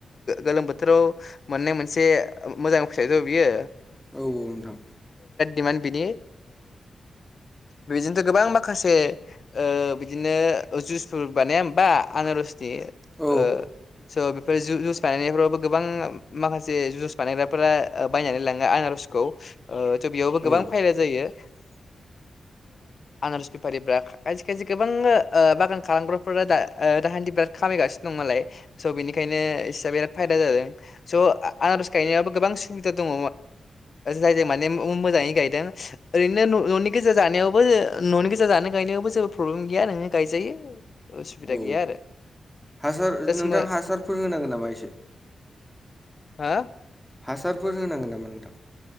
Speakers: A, on the left; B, in the centre.
A: गोलोम बोथोर फोथोराव मोननाय मोनसे मोजां फिथाइथ' बियो
B: औ नोंथां
A: दिमान ओ बिनि बेदिनोथ' गोबां माखासे बिदिनो जुसफोर बानाया होमबा जो
B: औ
A: ओ स' बेफोर जु जुइस बायनायफ्रावबो गोबां माखासे जुइस बानायग्राफोरा बायनानै लाङो आनारसखौ थ' बेयावबो
B: औ
A: गोबां फायला जायो।
B: <inaudible>
A: आनारस बेफारिफोरा खायसे खायसे गोबां ओ बिराद खामायगासिनो दं नालाय स' बिनिखायनो इसआ बिराद फायदा जादों स आनज गायनायाबो गोबां सुबिदा दङ जायजों मान मोजां गाय ओरैनो न'निनि जानो गायनायावबो जेबो प्रब्लेम गैया नोंनो गायजायो उसुबिदा
B: औ
A: गैया आरो
B: हासार
A: जास्ट
B: नोंथां हासारफोर होनांगोन नामा एसे
A: हा
B: हासारफोर होनांगोन नामा नोंथां?